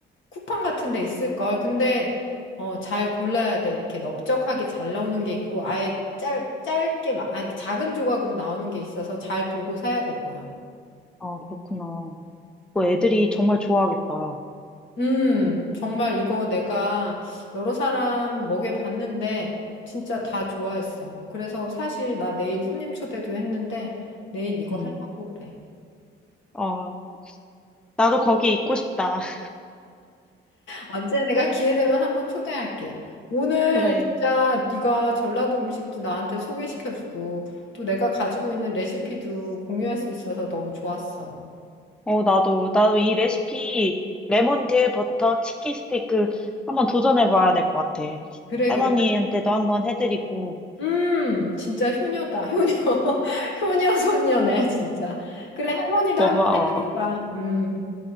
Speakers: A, on the left; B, in the centre.
A: 쿠팡 같은 데 있을걸. 근데 어, 잘 골라야 돼. 이렇게 넓적하게 잘 나오는 게 있고 아예 짧, 짧게 막 아니 작은 조각으로 나오는 게 있어서 잘 보고 사야 될 거야.
B: 아, 그렇구나. 뭐 애들이 정말 좋아하겠다.
A: 음, 정말 이거 내가 여러 사람 먹여봤는데 진짜 다 좋아했어. 그래서 사실 나 내일 손님 초대도 했는데 내일 이거
B: 응.
A: 하려고 그래.
B: 어, 나도 거기 있고 싶다. <laughs>
A: 언제 내가 기회 되면 한번 초대할게. 오늘
B: 그래.
A: 진짜 네가 전라도 음식도 나한테 소개시켜주고 또 내가 가지고 있는 레시피도 공유할 수 있어서 너무 좋았어.
B: 어, 나도, 나도 이 레시피, 레몬드 버터 치킨 스테이크 한번 도전해봐야 될 것 같아.
A: 그래
B: 할머니한테도
A: 그래.
B: 한번 해드리고.
A: 음, 진짜 효녀다. 효녀. <laughs> 효녀 손녀네, 진짜. 그래, 할머니도
B: 고마워.
A: 한번 해드려봐. 음.